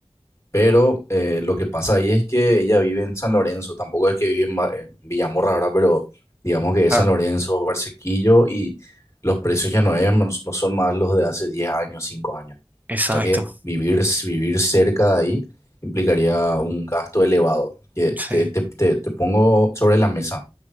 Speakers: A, on the left (about 25°); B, on the right (about 15°).
A: Pero eh, lo que pasa ahí es que ella vive en San Lorenzo, tampoco es que vive en, Ma- en Villamorra ahora, pero digamos que es
B: Ah,
A: San Lorenzo, Barsequillo y los precios ya no, es- no no son más los de hace 10 años, 5 años.
B: exacto,
A: O sea que vivir, vivir cerca de ahí implicaría un gasto elevado. Que te,
B: sí.
A: te, te, te pongo sobre la mesa